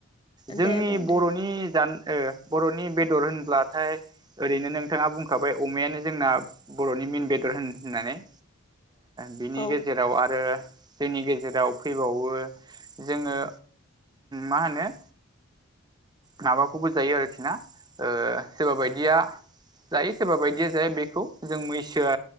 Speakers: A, on the right (about 20°); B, on the left (about 25°).
A: जोंनि
B: दे बुं
A: बर'नि
B: दे
A: ज बर'नि बेदर होनब्लाथाय। ओरैनो नोंथाङा बुंखाबाय अमायानो जोंना बर'नि मन बेदर होन होननानै। बिनि
B: औ
A: गेजेराव आरो आरो जोंनि गेजेराव फैबावो जोङो मा होनो माबाखौबो जायो आरोखि ना सोरबा बायदिया जायो सोरबा बायदिया जाया बेखौ जों मैसोआ